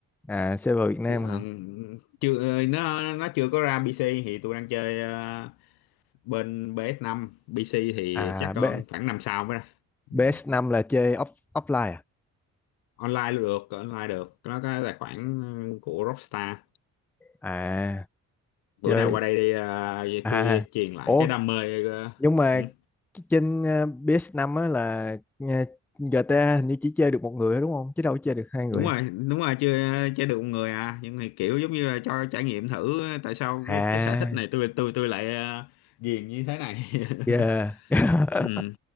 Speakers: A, in the centre; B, on the left (about 70°).
A: à server Việt Nam
B: Ờ,
A: hả
B: chưa nó nó chưa có ra PC thì tôi đang chơi ờ, bên PS5 PC thì
A: à
B: chắc
A: B,
B: còn khoảng năm sau mới ra ừ.
A: ps năm là chơi off, offline à
B: online luôn được online được nó có tài khoản của Rockstar
A: à
B: bữa
A: chơi
B: nào qua đây đi à, vậy
A: à
B: tôi truyền lại
A: ủa
B: cái đam mê ờ,
A: nhưng mà
B: ừ,
A: cái trên ờ, PS5 á là ờ, GTA hình như chỉ chơi được một người thôi đúng không chứ đâu có chơi được hai người
B: đúng rồi đúng rồi chưa chưa được một người à nhưng mà kiểu giống như là cho trải nghiệm thử tại sao
A: à
B: cái cái sở thích này tôi tôi tôi lại uh, ghiền như thế này
A: yeah
B: <laughs>
A: <laughs>
B: ừ,